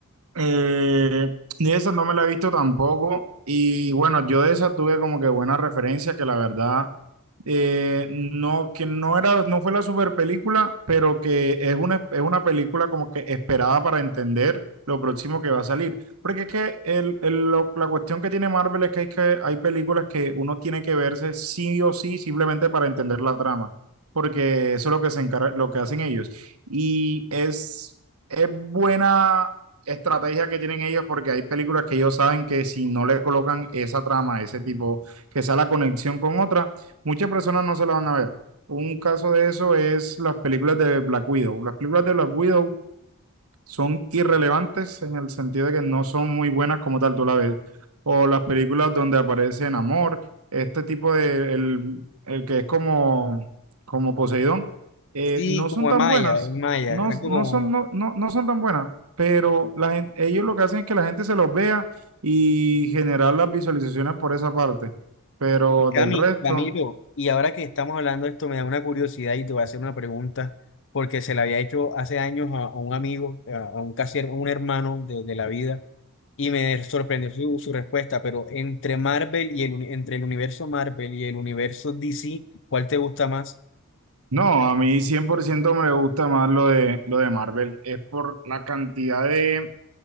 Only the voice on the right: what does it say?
Eh, de esa no me la he visto tampoco. Y bueno, yo de esa tuve como que buena referencia, que la verdad eh, no, que no era, no fue la super película, pero que es una, es una película como que esperada para entender lo próximo que va a salir. Porque es que el, el- lo- la cuestión que tiene Marvel es que hay, que hay películas que uno tiene que verse sí o sí simplemente para entender la trama, porque eso es lo que se encarga, lo que hacen ellos. Y es, es buena estrategia que tienen ellos porque hay películas que ellos saben que si no le colocan esa trama, ese tipo, que sea la conexión con otra, Muchas personas no se la van a ver. Un caso de eso es las películas de Black Widow. Las películas de Black Widow son irrelevantes en el sentido de que no son muy buenas como tal tú la ves. O las películas donde aparece en amor, este tipo de, el, el que es como, como Poseidón, eh,
no
son tan
buenas.
No,
no
son, no, no, no son tan buenas, pero la gen- ellos lo que hacen es que la gente se los vea y generar las visualizaciones por esa parte. Pero
del resto...
No, a mí 100% me gusta más lo de, lo de Marvel. Es por la cantidad de...